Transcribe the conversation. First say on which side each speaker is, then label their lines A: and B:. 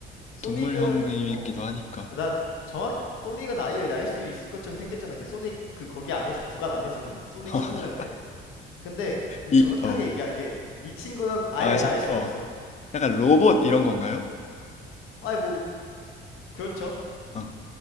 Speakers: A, on the left (about 75°); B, on the left (about 35°).
A: 소닉은
B: 동물형이기도
A: 어,
B: 하니까
A: 난 정확히 소닉은 아이를 날 수 있을 것처럼 생겼잖아. 그 소닉 그 거기 안에서 구간 안에서는 소닉
B: <laughs>
A: 친구들한테. 근데 난
B: 이
A: 정확하게
B: 어
A: 얘기한 게 이 친구는 아예
B: 아 잠깐
A: 날 수
B: 어
A: 없어.
B: 약간 로봇 이런 건가요?
A: 아이 뭐 그렇죠.
B: 어